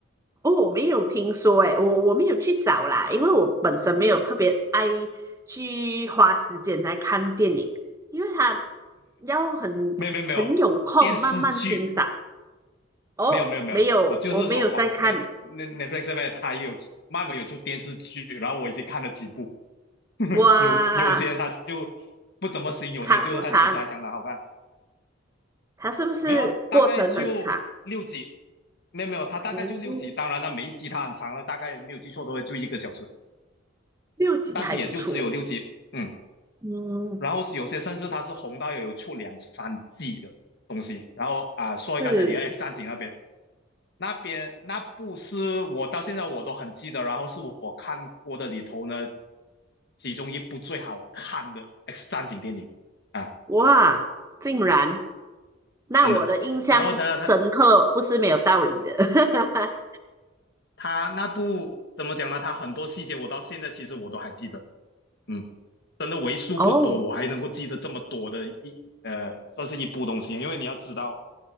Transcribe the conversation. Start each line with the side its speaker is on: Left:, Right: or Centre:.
Right: 哦，我没有听说诶，我我没有去找啦，因为我本身没有特别爱去花时间来看电影，因为它要很很有空慢慢欣赏。
Left: <laughs> 没有没有没有，电视剧
Right: 哦，
Left: 没有没有没有，
Right: 没有，
Left: 我就是说王菲那
Right: 我没有在看。
Left: Netflix 上面它也有漫威有出电视剧，然后我已经看了几部，
Right: 哇，
Left: 有有些它就不怎么行，有些就是它其实还相当好看。
Right: 长不长？它是不是过程很长？
Left: 没有啊，大概就六集，没有没有，它大概就六集，
Right: 嗯，
Left: 当然了，每一集它很长了，大概没有记错的话就一个小时，
Right: 六集还不错。
Left: 但是也就只有六集，嗯。
Right: 嗯，
Left: 然后是有些甚至它是红到有出两三季的东西。然后啊，说回刚才你的
Right: 是
Left: X 战警那边，那边那部是我到现在我都很记得，然后是我看过的里头呢，其中一部最好看的 X 战警电影啊，
Right: 哇，竟然，那我的印象深刻不是没有道理的。
Left: 真的。然后呢，他
Right: <laughs>
Left: 他那部怎么讲呢？他很多细节我到现在其实我都还记得。嗯，真的为数不多，
Right: 哦，
Left: 我还能够记得这么多的一呃，算是一部东西，因为你要知道，